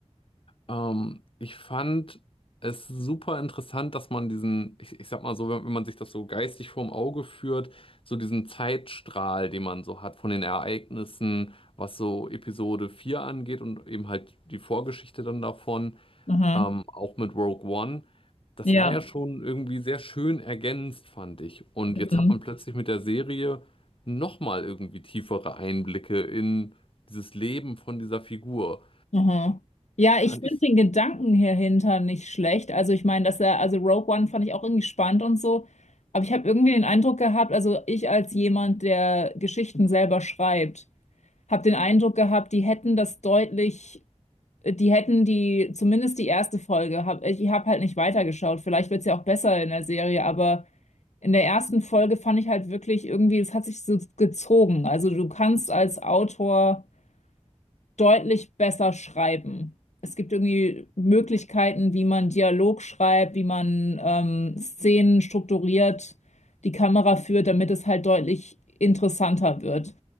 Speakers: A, on the left (about 50°); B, on the left (about 85°).
A: Ähm, ich fand es super interessant, dass man diesen, ich, ich sag mal so, wenn, wenn man sich das so geistig vorm Auge führt, so diesen Zeitstrahl, den man so hat von den Ereignissen, was so Episode 4 angeht und eben halt die Vorgeschichte dann davon,
B: Aha.
A: ähm, auch mit Rogue One. Das
B: Ja.
A: war ja schon irgendwie sehr schön ergänzt, fand ich. Und
B: Mhm.
A: jetzt hat man plötzlich mit der Serie nochmal irgendwie tiefere Einblicke in dieses Leben von dieser Figur.
B: Aha. Ja,
A: Fand
B: ich finde
A: ich.
B: den Gedanken hier hinter nicht schlecht. Also ich meine, dass er, also Rogue One fand ich auch irgendwie spannend und so. Aber ich habe irgendwie den Eindruck gehabt, also ich als jemand, der Geschichten selber schreibt, habe den Eindruck gehabt, die hätten das deutlich, die hätten die, zumindest die erste Folge, hab, ich habe halt nicht weitergeschaut. Vielleicht wird's ja auch besser in der Serie, aber In der ersten Folge fand ich halt wirklich irgendwie, es hat sich so gezogen. Also du kannst als Autor deutlich besser schreiben. Es gibt irgendwie Möglichkeiten, wie man Dialog schreibt, wie man ähm, Szenen strukturiert, die Kamera führt, damit es halt deutlich interessanter wird.